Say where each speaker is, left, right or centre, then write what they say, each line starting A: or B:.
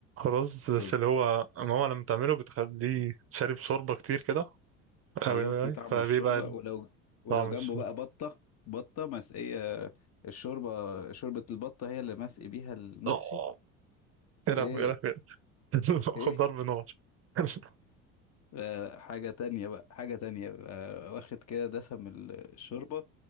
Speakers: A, on the right; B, on the left.
A: رز بس
B: رز
A: اللي هو ماما لما تعمله بتخليه شارب شوربة كتير كده
B: ايوه
A: أوي أوي
B: في
A: أوي
B: طعم
A: فبيبقى
B: الشوربه ولو ولو
A: طعم
B: جنبه
A: الشوربة
B: بقى بطه بطه مسقيه الشوربه شوربه البطه هي اللي مسقي بيها المحشي
A: آه يا لهوي
B: ايه
A: يا لهوي <laughs>
B: ايه
A: خد ضرب نار <laughs>
B: لا لا حاجه تانية بقى حاجه تانية بقى واخد كده دسم ال- الشوربه